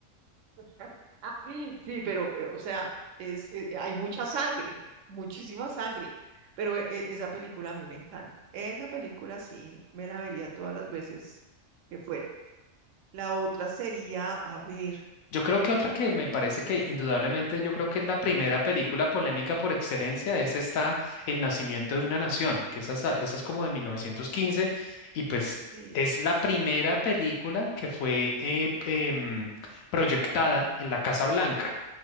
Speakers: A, on the right; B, on the left.
A: <laughs> Sí, pero, eh, o sea, es, eh, eh, hay mucha sangre, muchísima sangre, pero e- e- esa película a mí me encanta. Esa película sí, me la vería todas las veces que fuera. La otra sería, a ver,
B: Yo creo que otra que me parece que indudablemente yo creo que es la primera película polémica por excelencia es esta El nacimiento de una nación, que esa, es a- esa es como de 1915 y pues
A: sí,
B: es la primera película que fue eh, em, proyectada en la Casa Blanca.